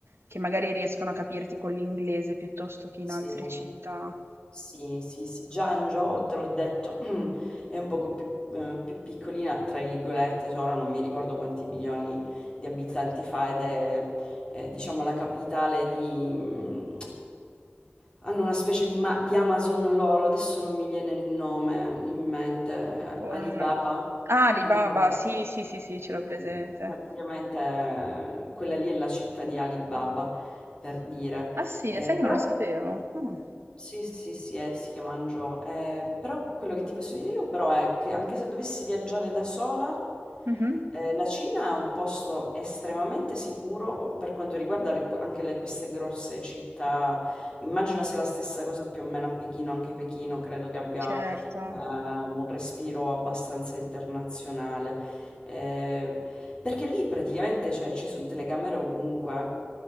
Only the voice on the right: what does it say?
che magari riescono a capirti con l'inglese piuttosto che in
altre città.
Con
ah, Alibaba,
sì, sì, sì, sì, ce
l'ho presente.
Ah sì?
Sai che
non lo sapevo? Ah.
Mh-mh.
Certo.